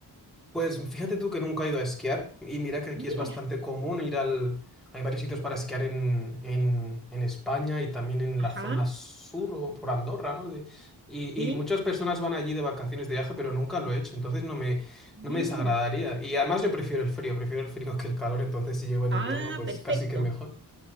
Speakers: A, in the centre; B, on the right.
A: Pues fíjate tú que nunca he ido a esquiar y mira que aquí
B: Mira,
A: es bastante común ir al... Hay varios sitios para esquiar en, en, en España y también en
B: Ajá,
A: la zona sur o por Andorra, ¿no? De- y,
B: sí,
A: y muchas personas van allí de vacaciones de viaje, pero nunca lo he hecho, entonces no me,
B: mira.
A: no me desagradaría. Y además yo prefiero el frío, prefiero el frío <laughs> que el calor, entonces si llego en
B: Ah,
A: invierno, pues
B: perfecto.
A: casi que mejor.